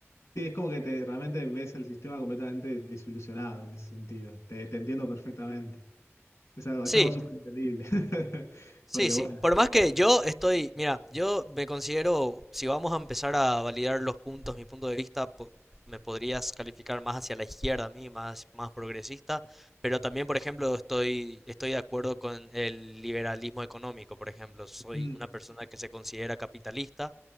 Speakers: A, on the left (about 85°); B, in the centre.
A: sí, es como que te, realmente ves el sistema completamente desilusionado en ese sentido. Te, te entiendo perfectamente. Es algo,
B: Sí,
A: es algo súper entendible. <laughs>
B: sí,
A: Porque
B: sí.
A: bueno.
B: Por más que yo estoy, mira, yo me considero, si vamos a empezar a validar los puntos, mi punto de vista, po- me podrías calificar más hacia la izquierda a mí, más, más progresista, pero también, por ejemplo, estoy, estoy de acuerdo con el liberalismo económico, por ejemplo. Soy
A: mm.
B: una persona que se considera capitalista,